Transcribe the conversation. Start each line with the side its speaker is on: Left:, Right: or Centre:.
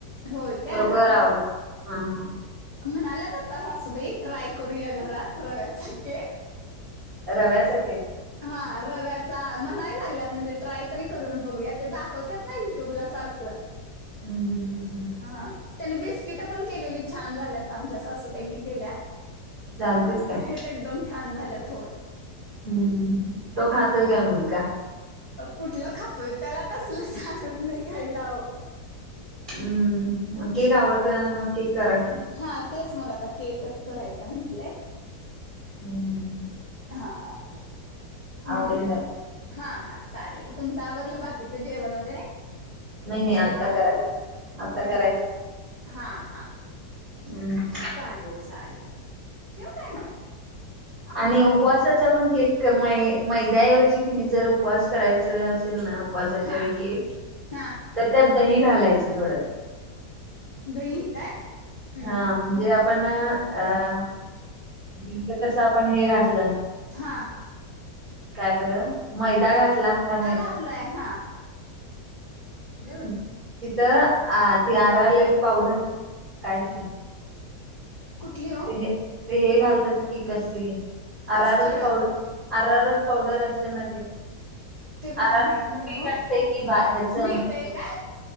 Left: होय काय
Right: खरोखर
Left: हा
Right: आवडत
Left: हा
Right: हा हा
Left: म्हणाल्यात आता सासूबाई ट्राय करू या घरात रव्याचा केक.
Right: रव्याचाक
Left: हा रव्या म्हणाय लागलात म्हणजे ट्राय तरी करून बघूया ते दाखवत ना युट्यूब ला सारखं.
Right: अ बबजी
Left: हा त्यांनी बिस्किट पण केलेली छान झाल्यात आमच्या सासूबाईंनी केल्यात.
Right: जाणतीत
Left: खुस
Right: काय
Left: खुशी होत एकदम छान झाल्यात होय.
Right: हम्म तो खातोय काय मुलगा.
Left: कुठलं खातवे त्याला तसलं लत नाही खायलाव
Right: हम्म केक आवडतोय मग केक करा की.
Left: हा तेच मग आता केकच करायचा म्हटलंय.
Right: हम् हम्.
Left: हा हम्
Right: आवडेल
Left: हम्म.
Right: त्याला
Left: हा हा चालेल तुमचं आववरलं बाकीच जेवण वगैरे.
Right: नाही नाही
Left: स्वयंपाक
Right: आता करायचं आता
Left: करतात
Right: करायचं
Left: हा हा.
Right: हम्म.
Left: चालेल चालेल ठेव काय ना.
Right: आणि उपवासाचा पण के मै मैदा्याऐवजी की नाही जर उपवास करायच असेल ना. उपवासाच्या
Left: हा
Right: पळकी
Left: हा
Right: तर त्यात दही घालायचं थोडं.
Left: दही काय? हम्म
Right: हा म्हणजे आपण अीच कस आपण हे घातलं.
Left: हा.
Right: काय बरं मैदा घातला मैदा.
Left: घातलाय हा
Right: हम् तिथं अ ती आर आरलेट पावडर. कायती.
Left: कुठली?
Right: ते हे घालतात की कसली
Left: custard
Right: arrowroot powder. Arrowroot powder असते ना ते.
Left: ते काय
Right: आरामच
Left: माहित नाही
Right: पीठ
Left: हो
Right: असतय की बा ह्याच म्ह
Left: मिळतय काय